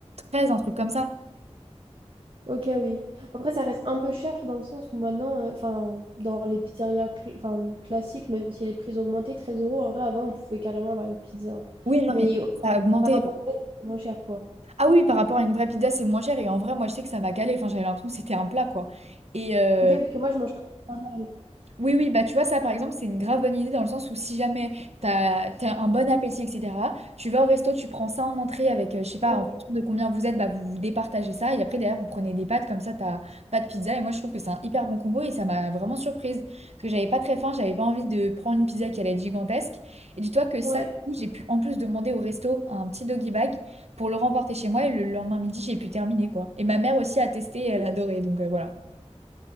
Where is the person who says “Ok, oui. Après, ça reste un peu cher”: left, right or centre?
Right